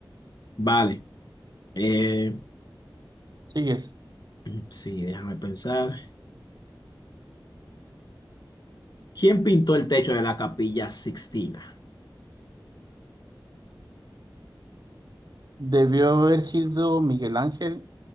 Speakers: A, on the left (about 60°); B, on the right (about 55°).
A: Vale. Eh,
B: Sigues.
A: <clears throat> sí, déjame pensar. ¿Quién pintó el techo de la Capilla Sixtina?
B: Debió haber sido Miguel Ángel